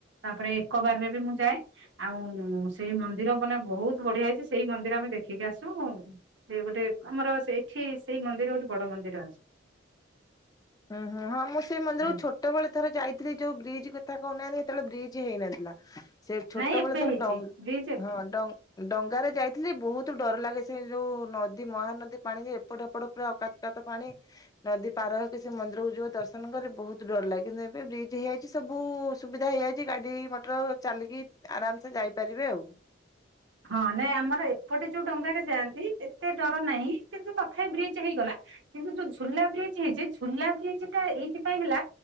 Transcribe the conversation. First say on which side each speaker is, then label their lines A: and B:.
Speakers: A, on the right; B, on the left.
A: ତାପରେ ଏକବାରରେ ବି ମୁଁ ଯାଏ। ଆଉଁ ସେଇ ମନ୍ଦିର ଗଲେ ବହୁତ୍ ବଢିଆ ହେଇଚି ସେଇ ମନ୍ଦିର ଆମେ ଦେଖିକି ଆସୁଁ। ସେ ଗୋଟେ ଆମର ସେଇଠି ସେଇ ମନ୍ଦିର ଗୋଟେ ବଡ ମନ୍ଦିର ଅଛି।
B: ହଁ-ହଁ-ହଁ ମୁଁ ସେ ମନ୍ଦିରକୁ
A: ହୁଁ
B: ଛୋ ଯେତେବେଳେ ଥରେ ଯାଇଥିଲି ଯୋଉ ବ୍ରିଜ କଥା କହୁନାହାନ୍ତି ସେତେବେଳେ ବ୍ରିଜ୍ ହେଇନଥିଲା। ସେ ଛୋଟବେଳେ
A: ନାଇଁ ଏବେ
B: ଥର
A: ହେଇଛି
B: ଡଙ୍ଗ
A: ବ୍ରିଜ ଏବେ
B: ହଁ ଡ ଡଙ୍ଗା ରେ ଯାଇଥିଲି ବହୁତ ଡର ଲାଗେ ସେ ଯୋଉ ନଦୀ ମହାନଦୀ ପାଣିରେ ଏପଟ ଏପଟ। ପୁରା ଅକାତକାତ ପାଣି ନଦୀ ପାର। ସେ ମନ୍ଦିରକୁ ଯିବ ଦର୍ଶନ କରି ବହୁତ ଡର ଲାଗେ କିନ୍ତୁ ଏବେ ବ୍ରିଜ୍ ହେଇଯାଇଛି ସବୁ ସୁବିଧା ହେଇଯାଇଛି ଗାଡି ମଟର। ଚାଲିକି ଆରାମ ସେ ଯାଇପାରିବେ ଆଉ।
A: ହଁ ନାଇଁ ଆମର ଏପଟେ ଯୋଉ ଡଙ୍ଗାରେରେ ଯାଆନ୍ତି ଏତେ ଡର ନାହିଁ କିନ୍ତୁ ତଥାପି ବ୍ରିଜ୍ ହେଇଗଲା। କିନ୍ତୁ ଯୋଉ ଝୁଲା ବ୍ରିଜ ହେଇଛି ଝୁଲା ବ୍ରିଜ ଟା ଏଇଥିପାଇଁ ହେଲା।